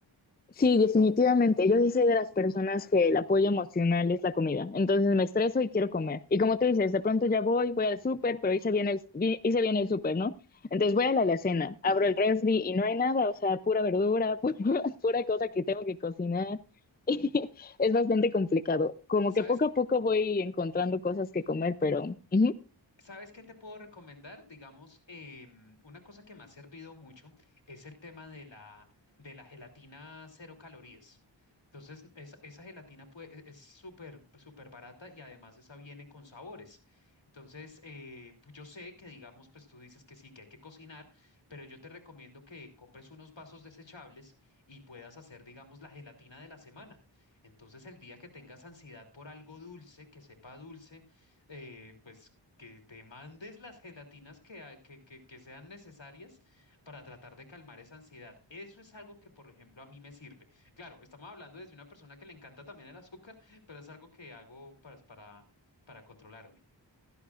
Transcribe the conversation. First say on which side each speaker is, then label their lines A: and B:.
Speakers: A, on the left; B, on the left.
A: Sí, definitivamente. Yo sí soy de las personas que el apoyo emocional es la comida. Entonces me estreso y quiero comer. Y como tú dices, de pronto ya voy, voy al súper, pero hice bien el, vi- hice bien el súper, ¿no? Entonces voy a la alacena, abro el refri y no hay nada, o sea, pura verdura, <laughs> pura, pura cosa que tengo que cocinar. <laughs> Y es bastante complicado. Como
B: ¿Sabes
A: que poco a poco voy encontrando cosas que comer, pero ujú.
B: ¿Sabes qué te puedo recomendar? Digamos, em, una cosa que me ha servido mucho es el tema de la, de la gelatina cero calorías. Entonces, esa, esa gelatina pue- e- es súper, súper barata y además esa viene con sabores. Entonces, eh, pu- yo sé que, digamos, pues tú dices que sí, que hay que cocinar, pero yo te recomiendo que compres unos vasos desechables y puedas hacer, digamos, la gelatina de la semana. Entonces, el día que tengas ansiedad por algo dulce, que sepa dulce, eh, pues que te mandes las gelatinas que, ha- que, que, que sean necesarias para tratar de calmar esa ansiedad. Eso es algo que, por ejemplo, a mí me sirve. Claro, estamos hablando desde una persona que le encanta también el azúcar, pero es algo que hago para, para, para controlarme.